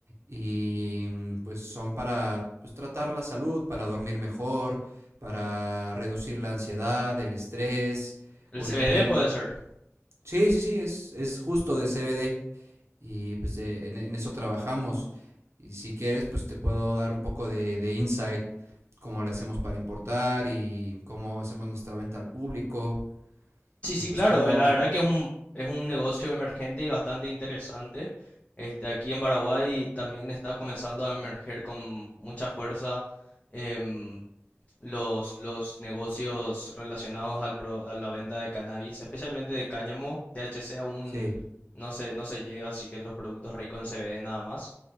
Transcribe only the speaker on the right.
y mm, pues son para pues, tratar la salud, para dormir mejor, para reducir la ansiedad, el estrés,
hoy
también
Sí, sí, sí, es, es justo de CBD y pues eh, en, en eso trabajamos. Y si quieres, pues te puedo dar un poco de, de insight, cómo le hacemos para importar y cómo hacemos nuestra venta al público
y
pues
cómo...
eh,
Sí,